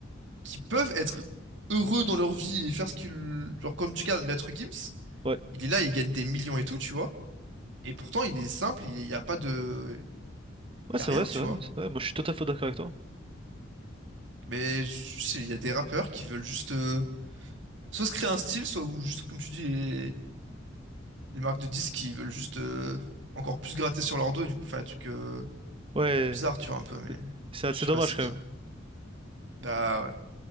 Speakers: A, on the right; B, on the right.
A: qui peuvent être heureux dans leur vie et faire ce qu'ils genre comme tu regardes Maître Gims,
B: ouais.
A: il est là, il gagne des millions et tout, tu vois. Et pourtant, il est simple, il n'y a pas de.
B: Ouais,
A: Il
B: c'est
A: y a rien,
B: vrai, c'est
A: tu
B: vrai,
A: vois.
B: c'est vrai. Moi, je suis tout à fait d'accord avec toi.
A: Mais juste, il y a des rappeurs qui veulent juste euh, soit se créer un style, soit ou juste, comme tu dis, les, les marques de disques qui veulent juste euh, encore plus gratter sur leur dos et du coup faire des trucs euh,
B: Ouais,
A: bizarres, tu vois, un peu. Mais
B: c'est
A: je
B: c'est
A: sais
B: dommage
A: pas, c'est
B: quand
A: bizarre.
B: même.
A: Bah ouais.